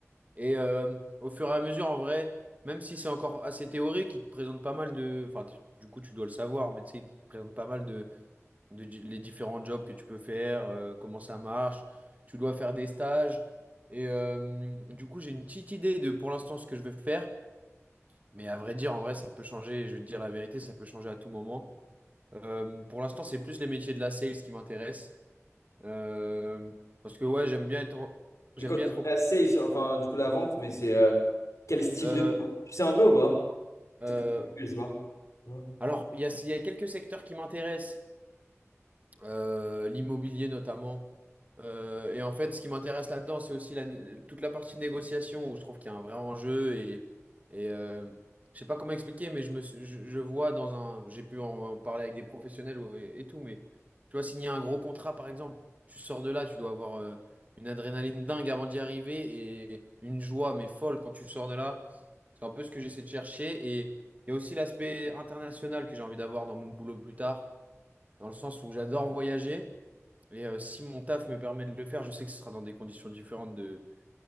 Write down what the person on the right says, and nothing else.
Et euh, au fur et à mesure, en vrai, même si c'est encore assez théorique, il te présente pas mal de, enfin tu- du coup tu dois le savoir, mais tu sais, il te présente pas mal de, de di- les différents jobs que tu peux faire, euh, comment ça marche, tu dois faire des stages. Et euh, du coup, j'ai une petite idée de pour l'instant ce que je veux faire. Mais à vrai dire, en vrai, ça peut changer. Je vais te dire la vérité, ça peut changer à tout moment. Euh, pour l'instant, c'est plus les métiers de la sales qui m'intéressent. Euh, parce que ouais, j'aime bien être, j'aime
bien
être
au-
Euh,
euh,
alors, il y a, il y a quelques secteurs qui m'intéressent. euh, l'immobilier notamment. Euh, et en fait, ce qui m'intéresse là-dedans, c'est aussi la- toute la partie négociation où je trouve qu'il y a un vrai enjeu. Et, et euh, je sais pas comment expliquer, mais je me, suis- je, je vois dans un. J'ai pu en, en parler avec des professionnels ou- et, et tout, mais tu vois, signer un gros contrat, par exemple, tu sors de là, tu dois avoir euh, une adrénaline dingue avant d'y arriver et une joie, mais folle quand tu sors de là. C'est un peu ce que j'essaie de chercher. Et il y a aussi l'aspect international que j'ai envie d'avoir dans mon boulot plus tard dans le sens où j'adore voyager. Et euh, si mon taf me permet de le faire, je sais que ce sera dans des conditions différentes de,